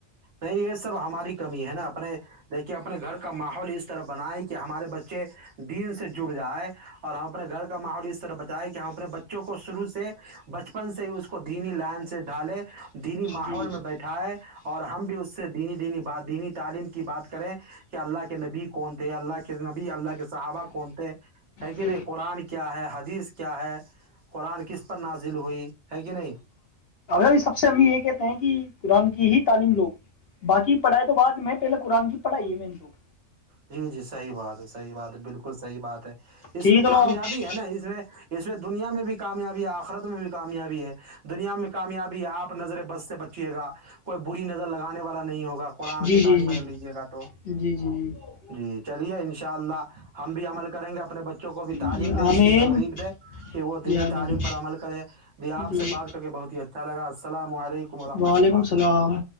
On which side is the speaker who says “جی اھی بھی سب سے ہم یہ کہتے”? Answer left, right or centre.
Left